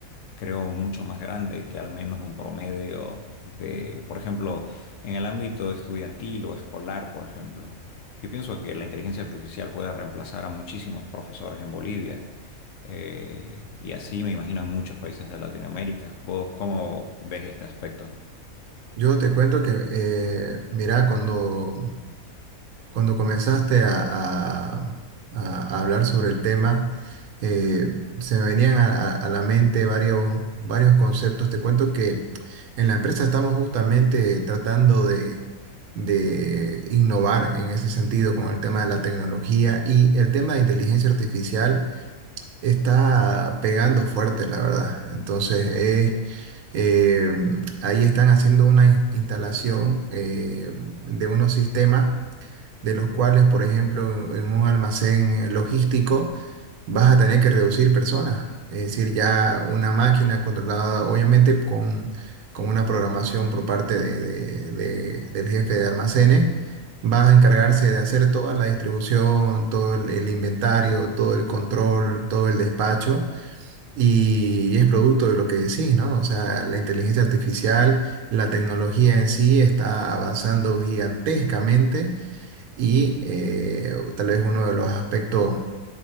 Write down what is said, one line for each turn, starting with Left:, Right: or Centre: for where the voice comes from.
Left: creo, mucho más grande que al menos un promedio de, por ejemplo, en el ámbito estudiantil o escolar, por ejemplo. Yo pienso que la inteligencia artificial puede reemplazar a muchísimos profesores en Bolivia. eh, y así me imagino en muchos países de Latinoamérica. ¿Vos cómo ves este aspecto?
Right: Yo te cuento que, eh, mira, cuando, cuando comenzaste a, a- a- hablar sobre el tema, eh, se me venían a, a- a la mente varios, varios conceptos. Te cuento que en la empresa estamos justamente tratando de, de innovar en ese sentido con el tema de la tecnología y el tema de inteligencia artificial. está pegando fuerte, la verdad. Entonces, eh, eh, ahí están haciendo una in- instalación eh, de unos sistemas de los cuales, por ejemplo, en en un almacén eh, logístico vas a tener que reducir personas. Es decir, ya una máquina controlada, obviamente, con, con una programación por parte de- de- de- del jefe de almacenes, va a encargarse de hacer toda la distribución, todo el, el inventario, todo el control, todo el despacho. Y es producto de lo que decís, ¿no? O sea, la inteligencia artificial, la tecnología en sí está avanzando gigantescamente y eh, tal vez uno de los aspectos